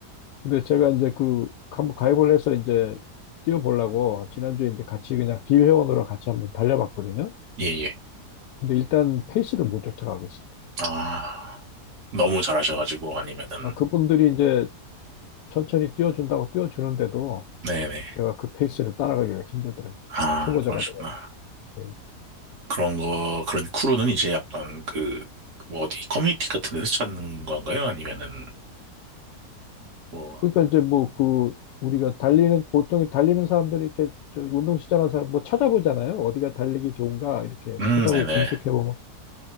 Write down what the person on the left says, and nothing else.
근데 제가 이제 그 한번 가입을 해서 이제 뛰어보려고 지난주에 이제 같이 그냥 비회원으로 같이 한번 달려봤거든요.
근데 일단 페이스를 못 쫓아가겠어요.
아, 그분들이 이제 천천히 띄워준다고 띄워주는데도
제가 그 페이스를 따라가기가 힘들더라고요.
초보자가
돼가지고.
그러니까 이제 뭐 그 우리가 달리는 보통 달리는 사람들이 이렇게 저 운동 시작한 사람 뭐 찾아보잖아요. 어디가 달리기 좋은가 이렇게
찾아보고
검색해보면